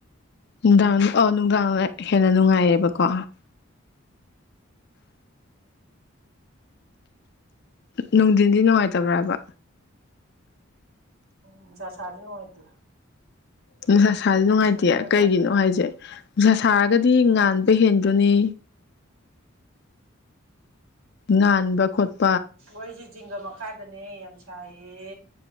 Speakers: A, on the left; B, on the right.
A: ꯅꯨꯡꯗꯥꯡ ꯑꯣ ꯅꯨꯡꯗꯥꯡꯗ ꯍꯦꯟꯅ ꯅꯨꯡꯉꯥꯏꯔꯦꯕꯀꯣ ꯅꯨꯡꯊꯤꯟꯗꯤ ꯅꯨꯡꯉꯥꯏꯇꯕ꯭ꯔꯥꯕ
B: ꯅꯨꯡꯁꯥ ꯁꯥꯔꯗꯤ ꯅꯨꯡꯉꯥꯏꯇꯦ
A: ꯎ ꯏꯁꯥꯁꯦ ꯅꯨꯡꯉꯥꯏꯇꯦ
B: ꯅꯨꯡꯁꯥ ꯏꯪꯉꯀꯥꯟꯗ
A: ꯀꯩꯒꯤꯅꯣ ꯍꯥꯏꯁꯦ ꯅꯨꯡꯁꯥ ꯁꯥꯔꯒꯗꯤ ꯉꯥꯟꯕ ꯍꯦꯟꯗꯣꯏꯅꯤ ꯉꯕ ꯈꯣꯠꯇ
B: ꯑꯩꯁꯦ ꯤꯡꯒ ꯃꯈꯥꯗꯅꯦ ꯌꯥꯝ ꯁꯥꯏꯌꯦ